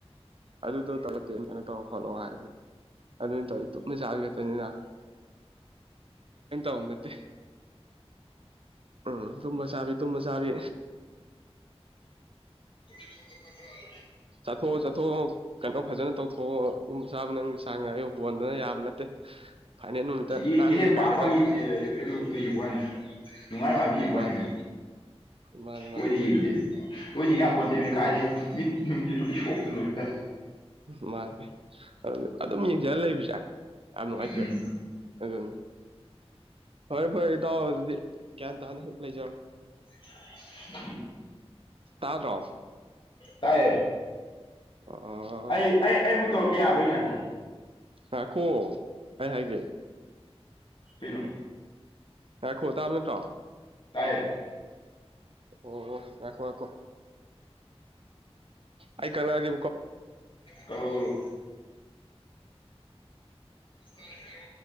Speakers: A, on the right; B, on the left.
A: ꯑꯗꯨꯗ ꯇꯔꯅ ꯇꯧꯔ ꯐꯂꯣ ꯍꯥꯏꯦ ꯑꯗꯨꯅ ꯇꯧꯋ ꯇꯞꯅ ꯆꯥꯒꯅꯤꯅ ꯥꯎꯅꯠꯇꯦ ꯎꯝ ꯇꯨꯝꯕ ꯆꯥꯕꯤ ꯇꯨꯝꯕ ꯆꯥꯕꯤ
B: ꯗ ꯃꯁꯥꯜ
A: ꯆꯠꯊꯣꯛꯑꯣ ꯆꯠꯊꯣꯛꯑꯣ ꯀꯩꯅꯣ ꯐꯖꯅ ꯇꯧꯊꯣꯛꯑꯣ ꯇꯨꯝꯕ ꯆꯥꯕ ꯅꯪ ꯁꯥꯡ ꯉ ꯑꯌꯨ ꯕꯣꯟꯗꯨꯅ ꯌꯥꯕ ꯅꯠꯇꯦ <unintelligible>
B: ꯌꯦ
A: ꯅꯥꯟꯅ
B: ꯌꯦ
A: ꯌꯦꯡꯒꯥꯏꯒꯗꯕꯅꯦ
B: ꯄꯝ ꯄ ꯀ ꯋꯥꯅꯤ ꯅꯨꯡꯉꯥꯏꯅꯨꯡꯉꯥꯏꯇ ꯌꯦꯡꯕ
A: ꯃꯥꯅꯤ
B: ꯌꯥꯅꯤꯅꯦ
A: ꯃꯥꯅꯤ ꯃꯥꯅꯤ
B: ꯂꯣꯏꯅ ꯌꯦꯡꯗꯦꯅꯦ ꯂꯣꯏꯅꯤꯡ ꯉꯥꯄꯣꯟꯟꯗ ꯀꯥꯗꯦ
A: ꯎꯝ
B: ꯃꯤꯠ ꯅꯨꯡꯁꯤ ꯂꯣꯏ ꯁꯣꯛꯇꯅꯨ ꯆꯔ
A: ꯎ ꯃꯥꯅꯦꯦ ꯑꯗꯨ ꯑꯗꯨꯝ ꯌꯦꯡꯖꯔ ꯂꯩꯕꯁꯦ ꯌꯥꯝ ꯅꯨꯡꯉꯥꯏꯇꯦꯕ
B: ꯎꯝ
A: ꯑꯗꯨ ꯐꯔꯦ ꯐꯔꯦ ꯏꯇꯥꯎ ꯑꯗꯨꯗꯤ ꯒ꯭ꯌꯥꯟ ꯇꯥꯅ ꯍꯦꯛ ꯂꯩꯖꯔꯣ
B: <inaudible>
A: ꯇꯥꯗ꯭ꯔꯣ
B: ꯀꯥꯏ
A: ꯑ
B: ꯑꯩ ꯑꯩ ꯑꯩꯃꯨꯛ ꯇꯧꯔꯛꯀꯦ ꯌꯥꯕ꯭ꯔꯥ ꯉꯥꯏꯕꯣ
A: ꯍꯥꯈꯣ ꯑꯩ ꯍꯥꯏꯒꯦ
B: ꯄꯩꯅꯣ
A: ꯍꯦ ꯈꯣꯗꯕꯅ ꯇꯣ
B: ꯇꯥꯏ
A: ꯑꯣ ꯑꯣ ꯑꯈꯣ ꯑꯈꯣ ꯑꯩꯀꯂꯒꯦ
B: ꯀꯂꯣ ꯀꯣꯂꯣ ꯇꯥꯔꯦ ꯍꯦꯔꯣ